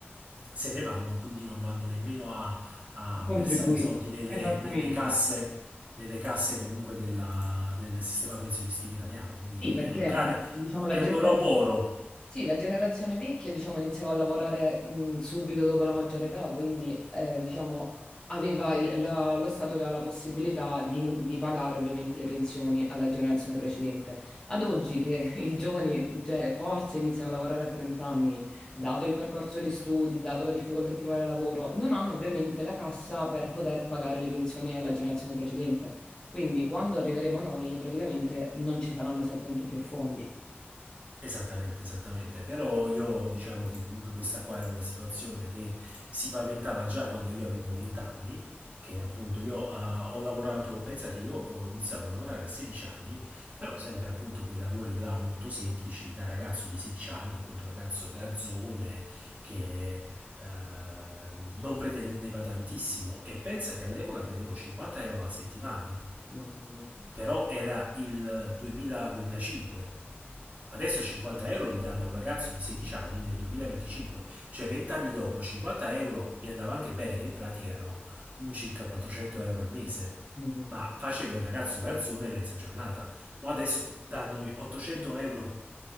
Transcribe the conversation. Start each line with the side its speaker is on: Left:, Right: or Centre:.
Right: se ne vanno, quindi non vanno nemmeno a, a
Left: a contribuire.
Right: versare i soldi nelle,
Left: Esattamente.
Right: nelle casse nelle casse comunque della- del sistema pensionistico italiano, quindi
Left: Sì, perché
Right: è un cane,
Left: diciamo la
Right: è
Left: generazione.
Right: un oroboro
Left: Sì, la generazione vecchia, diciamo, iniziava a lavorare mh, subito dopo la maggiore età, quindi, eh, diciamo, aveva il- la- lo Stato aveva la possibilità di, ni- di pagare ovviamente le pensioni alla generazione precedente. Ad oggi che <laughs> i giovani, cioè, forse iniziano a lavorare a 30 anni, dato il percorso di studi, dato la difficoltà a trovare lavoro, non hanno ovviamente la cassa per poter pagare le pensioni alla generazione precedente. Quindi, quando arriveremo noi, praticamente non ci saranno esattamente più fondi.
Right: Esattamente, esattamente. Però io diciamo che comunque questa qua era una situazione che si paventava già quando io avevo 20 anni, che appunto io eh, ho lavorato, pensa che io ho iniziato a lavorare a 16 anni, però sempre appunto quei lavori là molto semplici, da ragazzo di 16 anni, appunto ragazzo garzone che eh, non pretendeva tantissimo e pensa che all'epoca prendevo 50 euro alla settimana,
Left: Mamma mia.
Right: però era il 2000-2005. Adesso 50 euro li danno a un ragazzo di 16 anni nel 2025, cioè 20 anni dopo 50 euro mi andava anche bene che in pratica erano un circa 400 euro al mese,
Left: Mhm.
Right: ma facevo il ragazzo garzone mezza giornata, ma adesso danno i 800 euro